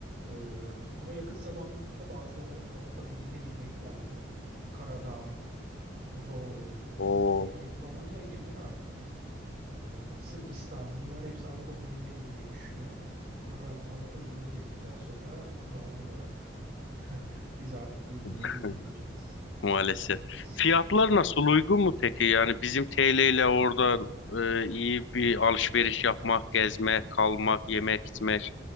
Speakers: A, on the right; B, on the left.
A: Ee, ama yakın zamanda bazıları Avrupa Birliği'ne girmeyi planlıyor. Karadağ, Ro
B: Oo.
A: Romanya girdi, Romanya girdi galiba. Ee, Sırbistan bunlar hepsi Avrupa Birliği'ne girmeyi düşünüyor. Bunlar Av- Avrupa Birliği'ne girdikten sonra doğal olarak <laughs> biz artık bu ülkelere
B: <laughs>
A: gidemeyeceğiz.
B: maalesef.
A: S-
B: Fiyatlar
A: Bir
B: nasıl uygun mu peki? Yani bizim TL ile orada e, iyi bir alışveriş yapmak, gezmek, kalmak, yemek, içmek